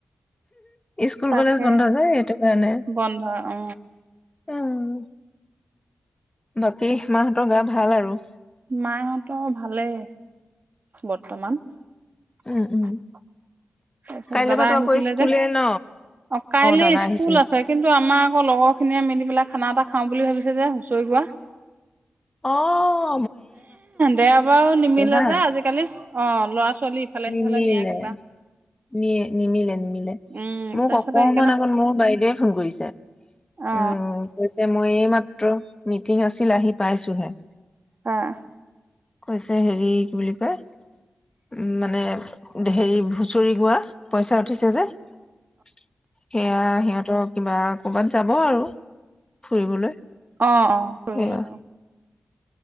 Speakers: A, on the left; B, on the right.
A: স্কুল
B: তাকে
A: কলেজ বন্ধ যায় সেইটো কাৰণে
B: বন্ধ অ
A: উম বাকী মাহঁতৰ গা ভাল আৰু
B: মাহঁতৰ ভালেই বৰ্তমান
A: উম
B: তাৰপিছত
A: উম কাইলৈ
B: দাদা
A: পৰাতো
B: আহিছিলে
A: আকৌ স্কুলে
B: যে
A: ন
B: অ কাইলে
A: দাদা
B: স্কুল
A: আহিছিলে
B: আছে কিন্তু আমাৰ আকৌ লগৰ খিনিয়ে মিলি পেলাই খানা এটা খাও বুলি ভাবিছে যে হুঁচৰি গোৱা
A: অহ
B: দেওবাৰু নিমিলে
A: হা
B: যে আজিকালি অ ল'ৰা ছোৱালী চলি ইফালে
A: নিমিলে
B: সিফালে নিয়া কিবা
A: নি নিমিল
B: উম
A: ম
B: তাৰপিছতে
A: অক আত
B: সেইকাৰণে
A: মোৰ বাই ফোন কৰিছে
B: অ
A: উম অ এইমাত্ৰ মিটিং আছিল আহি পাইছোহে
B: আহ
A: কৈছে হেৰি কি বুলি কয় উ মানে হেৰি হুচৰি গোৱা পইচা উঠিছে যে সেয়া সিহঁতৰ কিবা ক'বাত যাব আৰু ফুৰিবলৈ
B: অ অ কৰিব
A: সেয়া
B: লগা